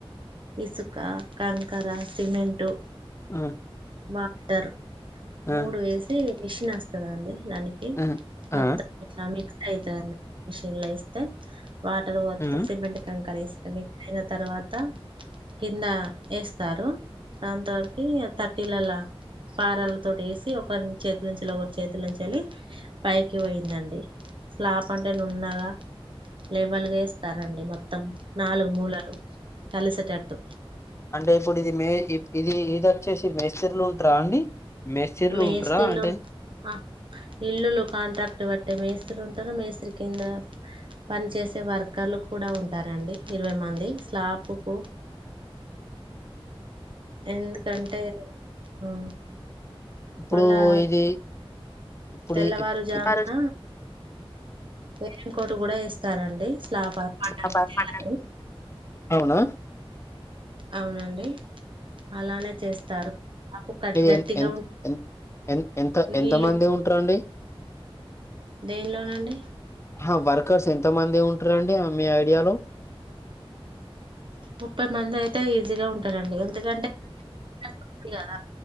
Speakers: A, on the right; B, on the left.
A: ఇసుక కంకర సిమెంటు
B: ఆ
A: వాటర్
B: ఆ
A: మూడు వేసి మిషిన్ వస్తదండి దానికి
B: ఆ
A: మొత్తం
B: ఆ
A: ఇట్లా మిక్స్ అయితదండి మిషన్ లో ఏస్తే వాటర్ ఓతె
B: ఆ
A: సిమెంట్ కంకరీస్ అయిన తర్వాత కింద ఏస్తారు దాని తోటి ఇల్లలా పారాలతోటి ఏసి ఒకరి చేతుల్ నుంచి ఒగర్ చేతుల్ నుంచి ఎళ్ళ పైకి వోయిందండి స్లాప్ అంటే నున్నగా లేవల్గా ఏస్తారండి మొ త్తం నాలుగు మూలలు కలిసేటట్టు
B: అంటే ఇప్పుడు ఇది మే ఇ- ఇది ఇది అచ్చేసి మేస్తర్లు ఉంట్రా అండి మేస్త్రీలు
A: మేస్తల్లు
B: ఉంటారా అంటే
A: ఆ ఇల్లులు కాంట్రాక్ట్ బ అంటే మేస్త్రి ఉంటరు మేస్త్రి కింద పని చేేసే వర్కర్లు కూడా ఉం టారండి ఇరవై మంది స్లాపుకు ఎందుకంటే ఆ
B: ఇప్పుడూ
A: మళ్ళా
B: ఇది ఇప్పుడి
A: తెల్లవారుజామున
B: ఇప్
A: వేరంకోటు కూడా వేస్తారండి స్లాబ్ పడ్డానికి
B: ఆ
A: తెల్లారి
B: అవునా
A: అవునండి అలానే చేస్తారు స్లాబ్ కట్
B: మీ
A: గట్టిగా
B: ఎన్ ఎన్
A: ఉం
B: ఎన్ ఎన్ ఎంత
A: నీళ్ళు
B: ఎంత మంది ఉంటారండి
A: దేనిలోనండి
B: హా వర్క్ క్కర్స్ ఎంతమంది ఉంటారండి మీ ఐడియాలో
A: ముప్పై మంది అయితే ఈజీగా ఉంటరండి ఎందుకంటే దా ఉంది గద